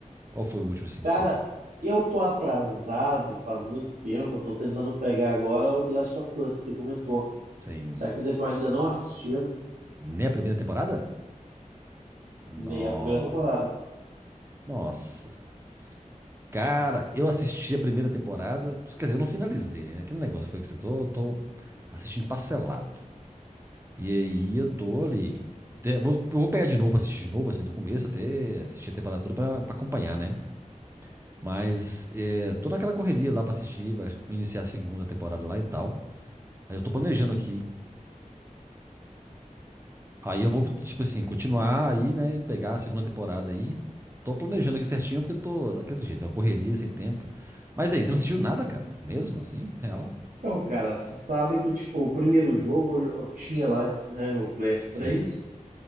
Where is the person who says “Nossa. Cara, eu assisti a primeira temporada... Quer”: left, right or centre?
Right